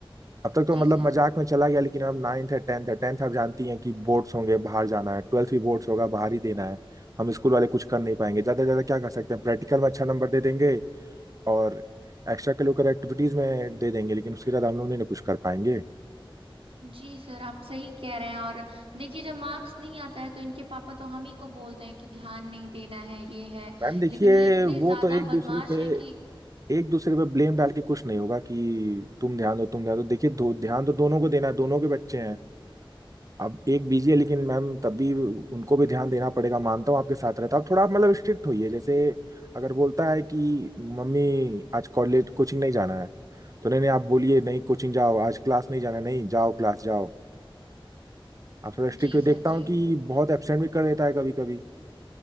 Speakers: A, on the right (about 40°); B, on the right (about 85°).
A: अब तक तो
B: जी
A: मतलब
B: सर
A: मजाक में चला गया लेकिन अब नाइन्थ है टेंथ है टेंथ आप जानती हैं कि बोर्ड्स होंगे बाहर जाना है ट्वेल्थ भी बोर्ड्स होगा बाहर ही देना है हम स्कूल वाले कुछ कर नहीं पाएंगे ज़्यादा से ज़्यादा क्या कर सकते हैं प्रैक्टिकल में अच्छा नंबर दे देंगे और एक्स्ट्रा करिकुलर एक्टिविटीज़ में दे देंगे लेकिन उसके ज़्यादा हम लोग नहीं ना कुछ कर पाएंगे
B: जी सर आप सही कह रहे हैं और देखिए जब मार्क्स नहीं आता है तो इनके पापा तो हम ही को बोलते हैं कि ध्यान नहीं देना है ये है
A: मैम देखिए
B: लेकिन ये इतने
A: वो
B: ज्यादा
A: तो एक दूसरे
B: बदमाश
A: पे
B: हैं कि
A: एक दूसरे पे ब्लेम डाल के कुछ नहीं होगा कि तुम ध्यान दो तुम ध्यान दो देखिए दो, ध्यान तो दोनों को देना है दोनों के बच्चे हैं अब एक बीजी है लेकिन मैम तब भी उनको भी ध्यान देना पड़ेगा मानता हूँ आपके साथ रहता अब थोड़ा आप मतलब स्ट्रिक्ट होइए जैसे अगर बोलता है कि मम्मी आज कॉलेज कोचिंग नहीं जाना है तो नहीं नहीं आप बोलिए नहीं कोचिंग जाओ आज क्लास नहीं जाना है, नहीं जाओ क्लास जाओ आप थोड़ा स्ट्रिक्ट
B: जी
A: हुए, देखता
B: सर
A: हूँ
B: जी
A: कि बहुत एबसेंट भी कर देता है कभी कभी